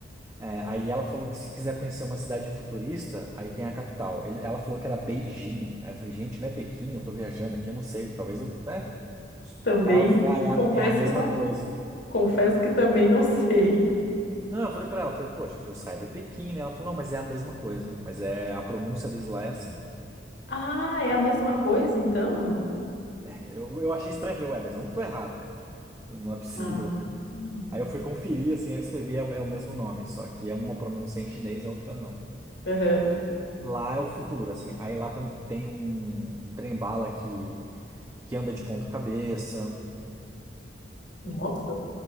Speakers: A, on the right; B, on the left.
A: é, aí ela falou que se quiser conhecer uma cidade futurista, aí tem a capital. Ele- ela falou que era Beijing. Aí eu falei, gente, não é Pequim, eu tô viajando aqui, eu não sei, talvez eu, né?
B: Também
A: Aí ela falou, ah,
B: confesso
A: é a, é a mesma
B: que não,
A: coisa.
B: confesso que também não sei.
A: Não, eu falei para ela, eu falei, poxa, que eu saiba é Pequim, né? Ela falou, não, mas é a mesma coisa, mas é a pronúncia deles lá é assim.
B: Ah, é a mesma coisa então?
A: Eu, eu achei estranho, falei, ué, mas eu não tô errado, não é possível.
B: Ah, hum.
A: Aí eu fui conferir, assim, eu escrevi é o, é o mesmo nome, só que é uma pronúncia em chinês, a outra não.
B: Aham.
A: Lá é o futuro, assim. Aí lá tem um, tem um, um trem-bala que, que anda de ponta cabeça.
B: Nossa,